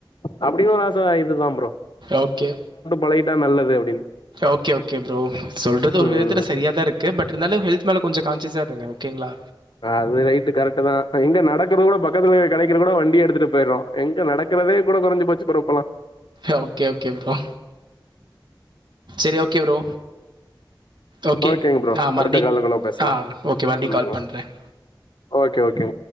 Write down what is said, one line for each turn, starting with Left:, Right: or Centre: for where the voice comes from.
Left: அப்டினு ஒரு ஆச தா இதுதா ப்ரோ
Right: ஓகே
Left: பழகிட்ட நல்லது அப்டின்னு
Right: ஓகே ஓகே ப்ரோ சொல்றது ஒரு
Left: ம்
Right: விதத்துல செரியத்தா இருக்கு பட் இருந்தாலு ஹெல்த் மேல கொஞ்ஜோ கான்சியஸா இருங்க ஓகேங்ளா
Left: அது ரைட்டு கரெக்ட்டு தா எங்க நடக்கறது கூட பக்கத்துல கடைக்கற கூட வண்டிய எடுத்துட்டு போய்ரோ எங்க நடக்க ருதே கூட கொறஞ்சு போச்சு இப்போலா
Right: ஓகே ஓகே ப்ரோ எ ஓகே ப்ரோ ஓகே
Left: ஓகேங்க ப்ரோ
Right: அ மறுப்டி
Left: அடுத்த கால்ல கூட பேசலா
Right: அ ஓகே மறுப்டி
Left: ம்
Right: கால் பண்றேன்
Left: ஓகே ஓகே